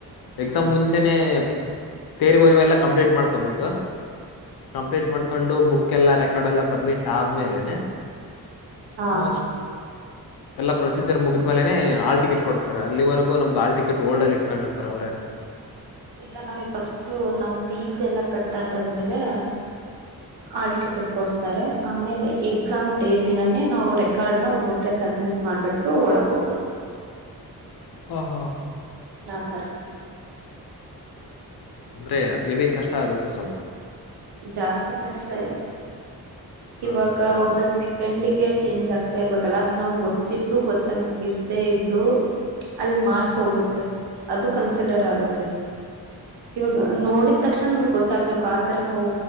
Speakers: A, on the left (about 65°); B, on the right (about 75°).
A: ಎಕ್ಸಾಮ್ ಮುಂಚೆನೆ ತೇರಿ ವೈವಾ ಎಲ್ಲಾ ಕಂಪ್ಲೀಟ್ ಮಾಡ್ಕೊಬೇಕು. ಕಂಪ್ಲೀಟ್ ಮಾಡ್ಕೊಂಡು ಬುಕ್ ಎಲ್ಲಾ ರೆಕಾರ್ಡೆ ಎಲ್ಲಾ ಸಬ್ಮಿಟ್ ಆದ್ಮೇಲೆನೆ
B: ಹಾ
A: ಆಸ್ಟ್. ಎಲ್ಲ ಪ್ರೊಸೀಜರ್ ಮುಗಿದ್ಮೇನೆ ಹಾಲ್ ಟಿಕಿಟ್ ಕೊಡ್ತಾರೆ ಅಲ್ಲಿವರೆಗೂ ನಮ್ದ ಹಾಲ್ ಟಿಕಿಟ್ ಹೊಲ್ಡಲ್ಲಿ ಇಟ್ಟುಕೊಂಡಿರುತ್ತಾರೆ ಅವ್ರೇ.
B: ಇಲ್ಲಾ ನಮಗ್ ಪಸ್ಟ್ ನಾವ್ ಫೀಸ್ ಎಲ್ಲಾ ಕಟ್ಟ ಆಗ ಆದ್ಮೇಲೆ
A: <inaudible>
B: ಹಾಲ್ ಟಿಕಿಟ್ ಕೊಡ್ತಾರೆ ಆಮೇಲೆ ಎಕ್ಸಾಮ್ ಡೇ ದಿನನೇ ನಾವು ರೆಕಾರ್ಡ್ನ ಒಬ್ಬೊಬ್ಬ್ರೇ ಸಬ್ಮಿಟ್ ಮಾಡ್ ಬಿಟ್ ಒಳಕ್ ಹೋಗೋದು.
A: ಹಾ ಹಾ
B: ಆ ತರಾ
A: ಅಂದ್ರೆ ಹೇವಿ ಕಷ್ಟಾ ಆಗುತ್ತೆ ಸ್ವಲ್ಪಾ
B: ಜಾಸ್ತಿ ಕಷ್ಟಾ ಇದೇ
A: ಹ
B: ಇವಾಗ ಒಂದೊಂದ್ ಎಂಡಿಗೆ ಚೇಂಜ್ ಆಗ್ತಾ ಇರ್ಬೇಕಲ್ಲಾ ಅದ್ ನಾವ್ ಗೊತ್ತಿದ್ರು ಗೊತ್ತಾಗ ಇರ್ತೇ ಇದ್ರು ಅಲ್ಲಿ ಮಾರ್ಸ್ ಹೋಗುತ್ತೆ ಅದು ಕನ್ಸಿಡರ್ ಆಗುತ್ತೆ. ಇವಾಗ ನೋಡಿದ ತಕ್ಷಣ ನಮಗ್ ಗೊತ್ತಾಗ್ಬೇಕು ಆತರ ನಾವು